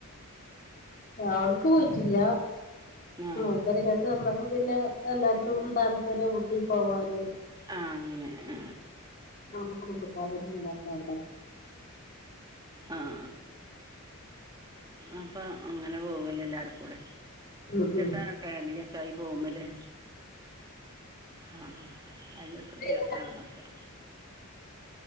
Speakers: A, on the left; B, on the right.
A: അവിടക്ക് പോയിട്ടില്ല
B: ആ
A: ഉ പെങ്ങാട്ട് തന്നപ്പോ പിന്നെ എല്ലാർക്കും താല്പര്യം ഊട്ടി പോവാാന്
B: ആഹ അങ്ങനെ ആ
A: നമ്മുടെ കുടുംബക്കാരന്നെ ഉണ്ടാക്കണ്ട്
B: ആഹ അപ്പൊ അങ്ങനെ ഓ ഇല്ലല്ലർക്കും
A: ഉം ഉം
B: എസണ ഫാമിലിയ ഒക്കെ ആയി പോകുമ്പല്ലേ ആഹ അല്ല സൂര്യാസണതൊക്കെ
A: പിന്നെ